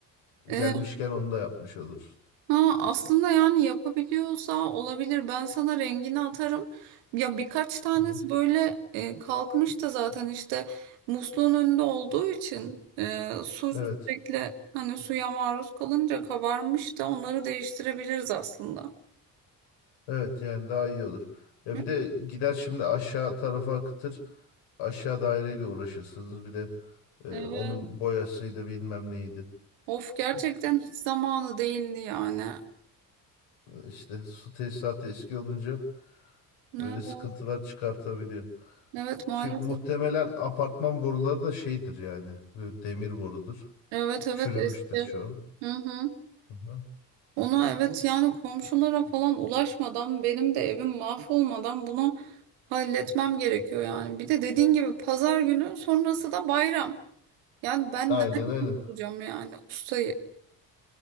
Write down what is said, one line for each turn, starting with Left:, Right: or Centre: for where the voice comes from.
Right: E,
Left: Gelmişken onu da yapmış olursun.
Right: ha, aslında yani yapabiliyorsa olabilir. Ben sana rengini atarım. Ya birkaç tanesi
Left: Aha.
Right: böyle e, kalkmış da zaten işte musluğun önünde olduğu için e, su sürekli
Left: Evet.
Right: hani suya maruz kalınca kabarmış da onları değiştirebiliriz aslında.
Left: Evet yani daha iyi olur. Ya
Right: Hı?
Left: bir de gider şimdi aşağı tarafa akıtır. Aşağı daireyle uğraşırsınız. Bir de e,
Right: Evet.
Left: onun boyasıydı bilmem neydi.
Right: Of gerçekten hiç zamanı değildi yani.
Left: E, İşte su tesisatı eski olunca
Right: Evet,
Left: böyle sıkıntılar çıkartabiliyor.
Right: evet maalesef.
Left: Ki muhtemelen apartman boruları da şeydir yani. Böyle demir borudur.
Right: Evet evet
Left: Çürümüştür
Right: eski.
Left: çoğu.
Right: Hı hı.
Left: Hı hı.
Right: Ona evet yani komşulara falan ulaşmadan benim de evim mahvolmadan bunu halletmem gerekiyor yani. Bir de dediğin gibi pazar günü sonrası da bayram. Yani ben
Left: Aynen
Right: nereden
Left: öyle.
Right: bulacağım yani ustayı?